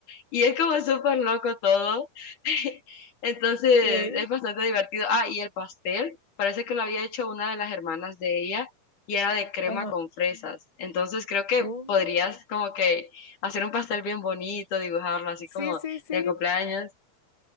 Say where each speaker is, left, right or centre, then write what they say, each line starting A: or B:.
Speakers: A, on the left (about 55°); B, on the left (about 20°).
A: Y es como súper loco todo. <laughs> Entonces
B: ok.
A: es bastante divertido. Ah, y el pastel, parece que lo había hecho una de las hermanas de ella y era de crema
B: Ajá.
A: con fresas. Entonces creo que
B: Oh,
A: podrías como que hacer un pastel bien bonito, dibujarlo así
B: sí,
A: como
B: sí, sí. sí.
A: de cumpleaños.